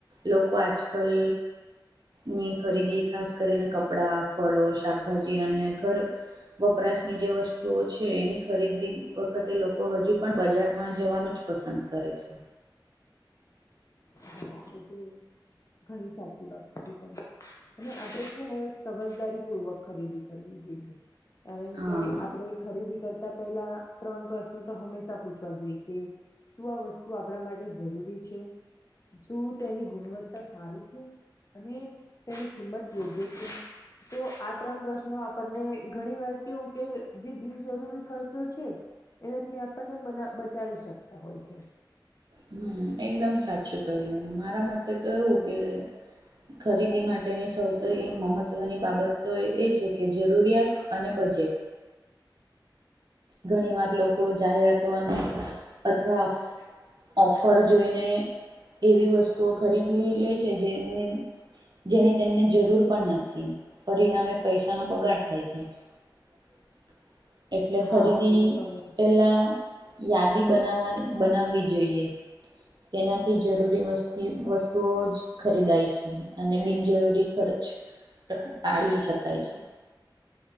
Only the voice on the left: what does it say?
હા, એ તો ઘણી સાચી વાત કીધી તમે. સમજદારી પૂર્વક ખરીદી કરવી જોઈએ. કારણ
કે આપણેે ખરીદી કરતા પહેલા ત્રણ પ્રશ્નો તો હંમેશા પૂછવા જોઈએ, કે શું આ વસ્તુ આપણા માટે જરૂરી છે? શું તેની ગુણવત્તા સારી છે અને તેની કિંમત યોગ્ય છે. તો આ ત્રણ પ્રશ્નો આપણને ઘણી વાર કેવું કે જે બિનજરૂરી ખર્ચો છે. એનાથી આપણને બચાવી શકતા હોય છે.
હા
એ તો તમે